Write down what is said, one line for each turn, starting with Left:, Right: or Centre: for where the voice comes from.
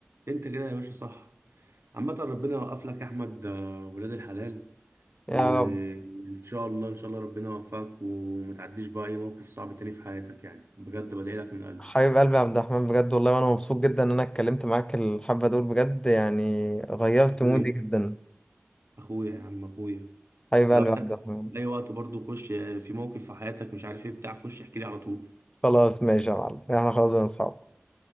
Right: انت كده يا باشا صح عامة ربنا يوقف لك يا احمد آه، ولاد الحلال
Left: يا
Right: وان
Left: رب
Right: شاء الله ان شاء الله ربنا يوفقك وما تعديش بقى اي موقف صعب تاني في حياتك يعني بجد بدعي لك من قلبي
Left: حبيب قلبي يا عبد الرحمن بجد والله وأنا مبسوط جدا إن أنا اتكلمت معاك الحبة دول بجد يعني غيرت
Right: اخويا
Left: مودي جدا
Right: اخويا يا عم اخويا
Left: حبيب
Right: لو
Left: قلبي
Right: احتجت
Left: يا عبد الرحمن
Right: في اي وقت برضو خش آه، في موقف في حياتك مش عارف ايه بتاع خش احكي لي على طول
Left: خلاص ماشي يا معلم احنا خلاص بقينا أصحاب